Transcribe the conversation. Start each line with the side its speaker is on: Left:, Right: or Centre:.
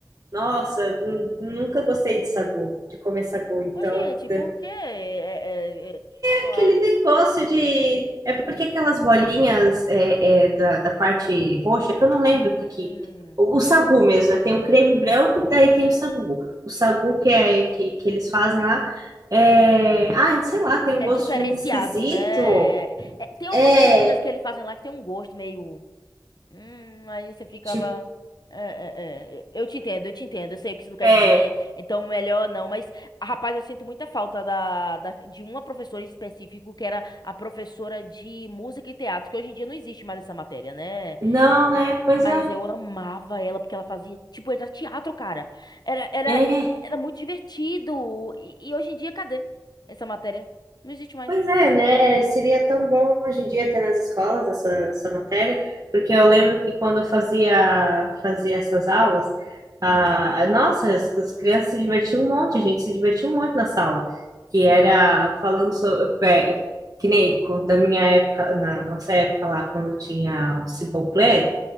Right: Nossa, nu- nunca gostei de sagu, de comer sagu. Então,
Left: Oxente,
Right: é
Left: por quê? É, é, é, ó,
Right: aquele negócio de. É porque aquelas bolinhas é, é, da, da parte roxa, que eu não lembro
Left: hum,
Right: o que, que. O, o sagu mesmo, né? Tem o creme branco e daí
Left: uhum.
Right: tem o sagu. O sagu que, é, que, que eles fazem lá. É... Ai, sei lá, tem um
Left: É
Right: gosto
Left: diferenciado,
Right: de uva esquisito.
Left: né? É, tem algumas
Right: É,
Left: comidas que eles fazem lá que tem um gosto meio. Hum, aí você ficava.
Right: tipo,
Left: É, é, é. Eu te entendo, eu te entendo. Eu sei o que isso quer
Right: é.
Left: dizer. Então, melhor não. Mas, rapaz, eu sinto muita falta da, da- de uma professora em específico, que era a professora de música e teatro, que hoje em dia não existe mais essa matéria, né?
Right: Não, né? Pois
Left: Mas
Right: é.
Left: eu amava ela, porque ela fazia. Tipo, era teatro, cara. Era, era,
Right: É,
Left: era muito divertido. E, e hoje em dia, cadê essa matéria? Não existe mais.
Right: Pois é, né? Seria tão bom hoje em dia ter nas escolas essa, essa matéria, porque
Left: É,
Right: eu lembro que quando eu fazia, fazia essas aulas, ah,
Left: hum.
Right: nossa, as, as crianças se divertiam um monte, a gente se divertiu um monte na sala,
Left: Sim.
Right: que era falando sobre, é, que nem com- da minha época, na nossa época lá, quando tinha o Simple Plan,